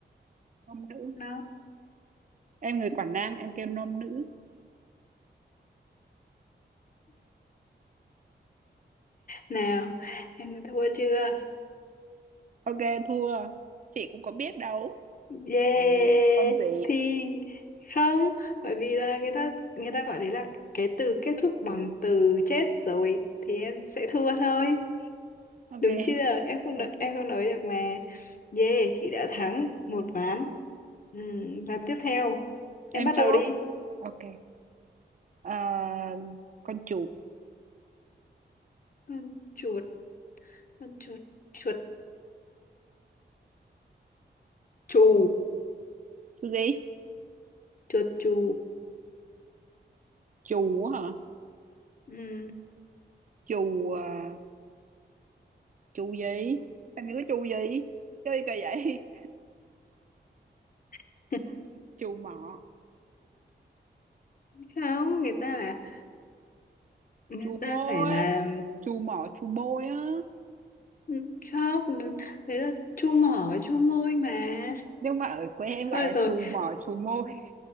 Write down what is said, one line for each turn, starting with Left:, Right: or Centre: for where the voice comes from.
Right: nôm nữ
Left: nom.
Right: em người Quảng Nam em kêu nôm nữ
Left: Nào, em đã thua chưa?
Right: ok thua chị cũng có biết đâu
Left: Yeah
Right: làm gì có nôm gì
Left: thì không bởi vì là người ta người ta gọi đấy là cái từ kết thúc bằng từ chết rồi thì em sẽ thua thôi
Right: ok
Left: đúng chưa em không
Right: ok
Left: nói, em không nói được mà yeah chị đã thắng một ván ừ, ván tiếp theo em
Right: em
Left: bắt
Right: chưa
Left: đầu đi
Right: ok Ờ, con chuột
Left: con chuột con chuột chuột chù
Right: chú gì
Left: chuột chù
Right: chù á hả
Left: ừ.
Right: chù à, chù gì em nhớ cái chù gì chơi kỳ vậy
Left: <laughs>
Right: <laughs> chù mọ
Left: không người ta là người
Right: chù
Left: ta
Right: môi
Left: phải là
Right: chù mọ chù môi á
Left: Ừ, Khóc đấy là chu mỏ với chu môi mà
Right: nhưng mà ở quê em
Left: thôi
Right: gọi là
Left: được rồi
Right: chù mọ chù môi <laughs>